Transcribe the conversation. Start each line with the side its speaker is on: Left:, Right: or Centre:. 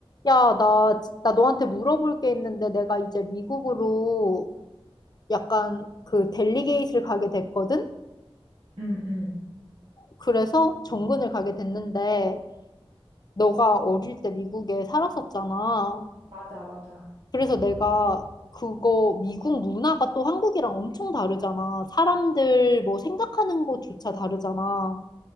Left: 야, 나, 나 너한테 물어볼 게 있는데 내가 이제 미국으로 약간 그 델리게이트를 가게 됐거든?
Right: 응, 응.
Left: 그래서 정근을 가게 됐는데 너가 어릴 때 미국에 살았었잖아.
Right: 맞아, 맞아.
Left: 그래서 내가 그거 미국 문화가 또 한국이랑 엄청 다르잖아. 사람들 뭐 생각하는 것조차 다르잖아.